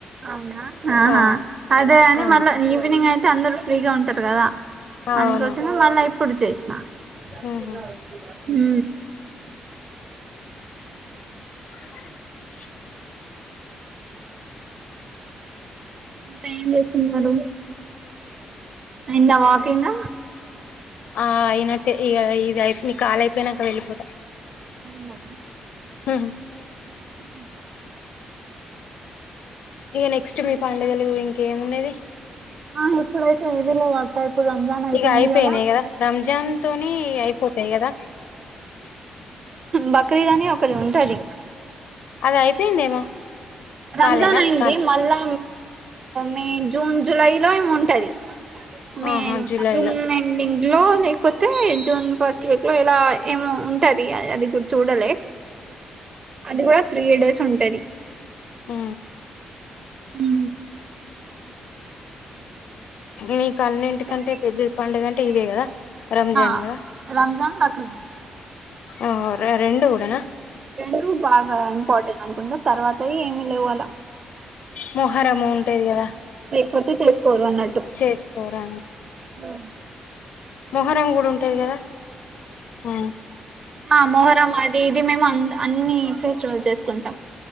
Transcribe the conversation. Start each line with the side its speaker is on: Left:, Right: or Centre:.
Right: అవునా హా
Left: ఆ
Right: అదే అని
Left: ఆ
Right: మళ్ళా ఈవనింగ్ అయితే అందరు ఫ్రీగా ఉంట కదా అందుకోసమే
Left: అవును
Right: మళ్ళా ఎప్పుడు చేసినా
Left: ఉహు
Right: అ
Left: <inaudible>
Right: ఇంకా ఏం చేస్తున్నారు అంద వాకింగ్
Left: ఆ అయినట్టే ఇ ఇదియి నీ కాాల అయిపోయినాక వెళ్ళిపోతా
Right: అవునా
Left: హ
Right: అ
Left: ఇక నెక్స్ట్ మీ పండుగలు ఇంకేమున్నది
Right: నాప్పు ఇప్పుడైతే ఏవీలో అక్క ఇప్పుడు రంజాన్ అయిపోయింది
Left: ఇగ అయిపోయినాయి
Right: కదా
Left: రంజాన్ తోని అయిపోతాయి కదా
Right: బక్రీద్ అని ఒకది ఉంటది
Left: అది అయిపోయిందేమో
Right: రంజాన్
Left: కాలేనా
Right: అయింది
Left: కాల్
Right: మల్లా మే జూన్ జులై లోము ఉంటది మ
Left: ఆహా జూలైలో
Right: జూన్ ఎండింగ్ లో లేకపోతే జూన్ ఫస్ట్ వీక్ లో ఇలా ఏమో ఉంటది అది కూడా చూడలే అదిే కూడా త్రీ ఇడర్స్ ఉంటది
Left: హ
Right: ఉ
Left: నీకు అన్నింటికంటే
Right: ఉగాది అయిపోయిన
Left: పెద్ద పండుగ
Right: తర్వాత
Left: అంటే ఇదే
Right: ఇగ
Left: కదా రంజాన్గా
Right: ఆ రంజాన్ బక్రీద్
Left: ఆ రెం కూడాూడనా
Right: రెండు బాగా ఇంపార్టెంట్ అనుకుంటా తర్వాత ఏమిీ లేవులా
Left: మొహరము ఉంటేది కదా
Right: మ చె ఫర్ వన్ట్టు
Left: చేసుకోరా
Right: ఆ
Left: మొహరం కూడా ఉంటది కదా ఆ
Right: మ మొహరం అది ఇది మ అన్ని ఫెస్టివల్ చేసుకుంటాం